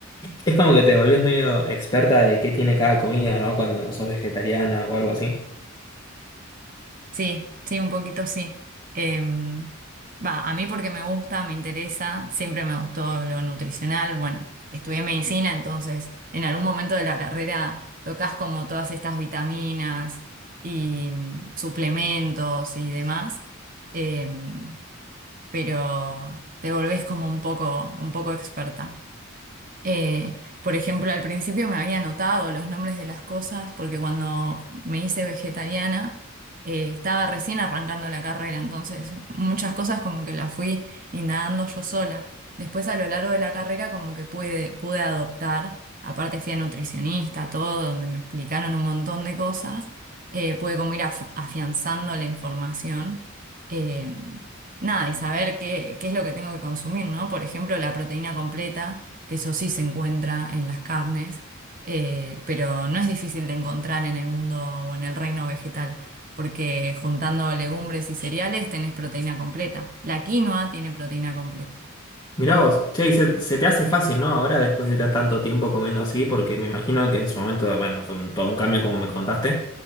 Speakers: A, on the left; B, on the right.
A: Es como que te volvés medio experta de qué tiene cada comida, ¿no? Cuando sos vegetariana o algo así.
B: Sí, sí, un poquito sí. Em, va, a mí porque me gusta, me interesa, siempre me gustó lo nutricional. Bueno, estudié medicina, entonces en algún momento de la carrera tocas como todas estas vitaminas y mm, suplementos y demás, em, pero te volvés como un poco, un poco experta. Eh, por ejemplo, al principio me había anotado los nombres de las cosas porque cuando me hice vegetariana eh, estaba recién arrancando la carrera, entonces muchas cosas como que las fui indagando yo sola. Después a lo largo de la carrera como que pude, pude adoptar, aparte fui a nutricionista, todo, donde me explicaron un montón de cosas, eh, pude como ir af- afianzando la información. eh, nada, y saber qué, qué es lo que tengo que consumir, ¿no? Por ejemplo, la proteína completa, que eso sí se encuentra en las carnes, eh, pero no es difícil de encontrar en el mundo o en el reino vegetal, porque juntando legumbres y cereales tenés proteína completa. La quinoa tiene proteína completa.
A: Mirá vos, che, y se, se te hace fácil, ¿no? Ahora después de tan- tanto tiempo comiendo así, porque me imagino que en su momento, bueno, fue un, todo un cambio como me contaste,